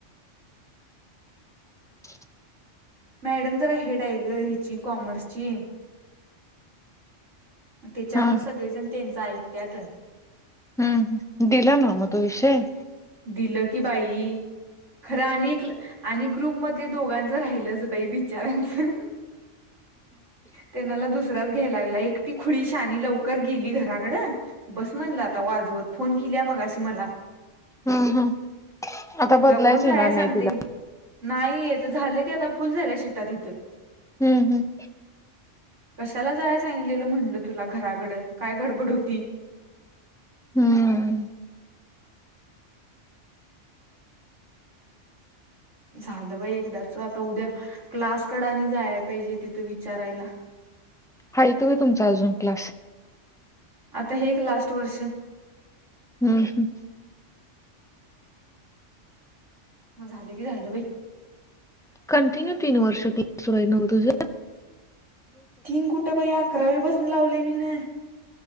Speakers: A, in the centre; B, on the right.
A: <inaudible>
B: मॅडम जरा हेड आहे ग हिची कॉमर्सची त्याच्यामुळे
A: हा
B: सगळेजण त्यांच ऐकत्यातच
A: हम्म दिला ना मतो विषय
B: दिलं की बाई खरं आणि आणि ग्रुप मध दोघांचं राहिलंच बाई बिचारांचं ते नला दुस <unintelligible> घायलाय एकटी शानी खुळी मनल लवकर गेली घराकडंबस मनल आता वाजवत मग अ मला
A: हम्म हम्म आता
B: तुला
A: बदलायच
B: कोण जा
A: येणार नाही
B: सांगते
A: तिला
B: नाहीयेत झालं की आता फुल झाल्या शिटात इथं
A: हम्म हम्म
B: कशाला जाय सांगलेलं म्हटल तुला घराकड काय गडबड होती
A: हम्म
B: झालं बाय एकदाच आता उद्या क्लास कडाने जायला पाहिजे तिथं विचारायला <inaudible>
A: हा य तो आहे तुमचा अजून क्लास
B: आता हे एक लास्ट वर्ष
A: हम् हम
B: म झााले की झाल्ल बाई
A: कंटिन्यू तीन वर्ष क्ला सुर न तुझ
B: तीन कुठे पई अकरावी बसून लावलेय मी न